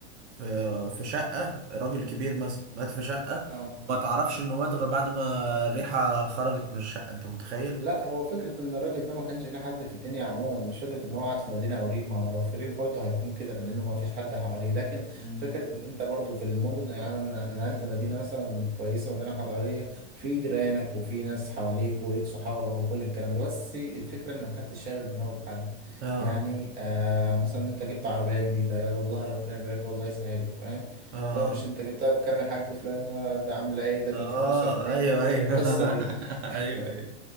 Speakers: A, on the right; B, on the right.
A: في في شقة راجل كبير مثلا مات في شقة
B: اه
A: وما تعرفش انه مات غير بعد ما الريحة خرجت من الشقة انت متخيل؟
B: لا هو فكرة إن الراجل ده ما كانش ليه حد في الدنيا عموما مش فكرة إن هو قاعد في مدينة أو ريف ما هو لو في ريف برضه هيكون كده لأنه ما فيش حد حواليه لكن
A: مم.
B: فكرة إن أنت برضه في المدن يعني أنا نقلت مدينة مثلا كويسة مدينة حضارية في جيرانك وفي ناس حواليك وليك صحابك وكل الكلام ده بس الفكرة إن محدش شاغل دماغه بحد
A: اه
B: يعني آه مثلا أنت جبت عربية جديدة يا ده الله ربنا يبارك له والله يسهل له فاهم
A: اه
B: لو مش أنت جبتها بكام يا حاج فلان آه، ده عاملة إيه ده
A: اه
B: جبت فلوسها منين
A: ايوه
B: الحقيقة
A: ايوه
B: القصة
A: <laughs>
B: دي
A: ايوه
B: <laughs>
A: ايوه